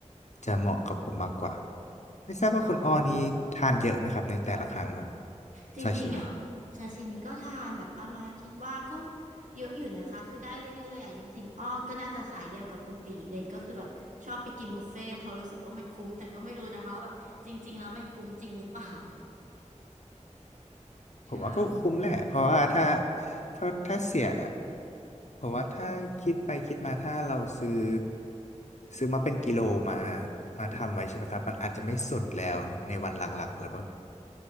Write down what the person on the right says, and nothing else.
อ๋อจริงๆอ่ะ
ซาชิมิก็ทานแบบประมาณคิดว่าก็เยอะอยู่นะคะคือได้เรื่อยๆอ่ะจริงๆอ้อก็น่าจะสายเดียวกับคุณตีเลยก็คือแบบชอบไปกินบุฟเฟ่ต์เพราะรู้สึกว่ามันคุ้มแต่ก็ไม่รู้นะคะว่าแบบจริงๆแล้วมันคุ้มจริงหรือเปล่า <laughs>
ใช่